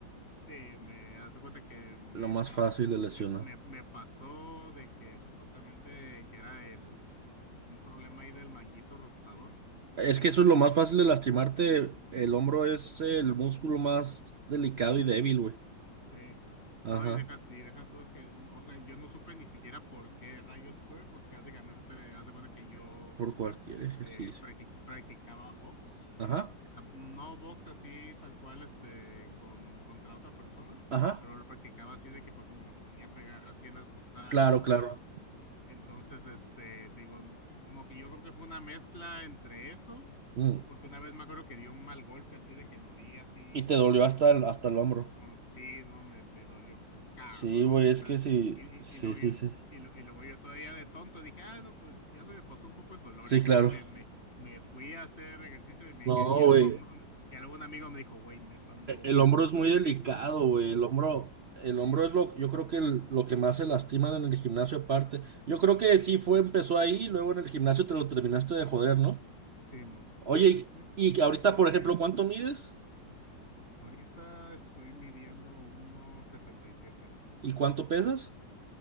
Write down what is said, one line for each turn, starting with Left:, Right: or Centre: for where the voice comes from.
Left: Sí, me das cuenta que me
Right: Lo más
Left: pasó,
Right: fácil de lesionar.
Left: me, me, me pasó de que supuestamente que era el, un problema ahí del manguito rotador.
Right: Es que eso es lo más fácil de lastimarte.
Left: Sí.
Right: El hombro es el músculo más delicado
Left: Ujú.
Right: y débil, güey.
Left: Sí.
Right: Ajá.
Left: No, y deja, y deja tú, es que, o sea, yo no supe ni siquiera por qué rayos fue, porque básicamente hace cuenta que yo,
Right: Por cualquier
Left: este,
Right: ejercicio.
Left: practic- practicaba box.
Right: Ajá.
Left: Ah, No box así tal cual, este, con, contra otra persona,
Right: Ajá.
Left: pero lo practicaba así de que, por ejemplo, me ponía a pegar así en el costal
Right: Claro,
Left: y todo
Right: claro.
Left: eso. Entonces, este, te digo, como que yo creo que fue una mezcla entre eso,
Right: Mm.
Left: porque una vez me acuerdo que dio un mal golpe así de que lo di así
Right: Y te
Left: como
Right: dolió
Left: que,
Right: hasta el, hasta
Left: como,
Right: el hombro.
Left: como- sí, no, me, me dolió cabrón,
Right: Sí, güey, es
Left: o sea,
Right: que sí.
Left: y, y,
Right: Sí,
Left: y luego
Right: sí,
Left: yo,
Right: sí.
Left: y, lo- y luego yo todavía de tonto dije, ah, no, pues ya se me pasó un poco el dolor
Right: Sí,
Left: y todavía
Right: claro.
Left: me, me, me fui a hacer ejercicio y me dije,
Right: No,
Left: y algo,
Right: güey.
Left: un- y algún amigo me dijo, güey, neta, no
Right: e- El
Left: vuelvas
Right: hombro es muy
Left: a hacer
Right: delicado,
Left: eso, güey.
Right: güey. El hombro, el
Left: Sí,
Right: hombro es lo, yo creo que el- lo que más se lastiman en el gimnasio aparte. Yo creo que sí
Left: Ujú.
Right: fue, empezó ahí, luego en el gimnasio te lo terminaste de joder, ¿no?
Left: sí, mo-
Right: Oye,
Left: sí, sí.
Right: y, y ahorita,
Left: sí.
Right: por ejemplo, ¿cuánto mides?
Left: Ahorita estoy midiendo uno setenta y siete,
Right: ¿Y cuánto pesas?